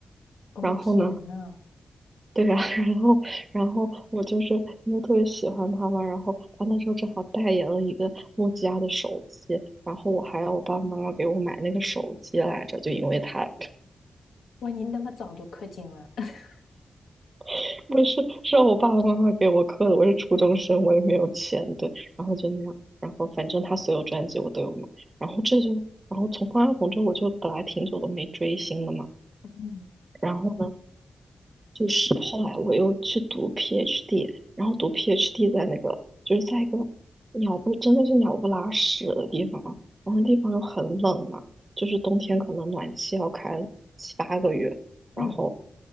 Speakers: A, on the left; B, on the right.
A: 哦天呐，
B: 然后呢，对呀，<laughs> 然后，然后我就是因为特别喜欢他嘛，然后他那时候正好代言了一个诺基亚的手机，然后我还让我爸爸妈妈给我买那个手机来着，就因为他，
A: 哇，你那么早就氪金了，<laughs>
B: <laughs> 不是是让我爸爸妈妈给我刻的，我是初中生，我也没有钱，对，然后就那样，然后反正他所有专辑我都有买，然后这就，然后从方大同之后我就本来挺久都没追星了嘛。
A: 嗯
B: 然后呢，就是后来我又去读 PhD，然后读 PhD 在那个就是在一个鸟不真的是鸟不拉屎的地方，然后那地方又很冷嘛，就是冬天可能暖气要开七八个月，然后
A: 嗯，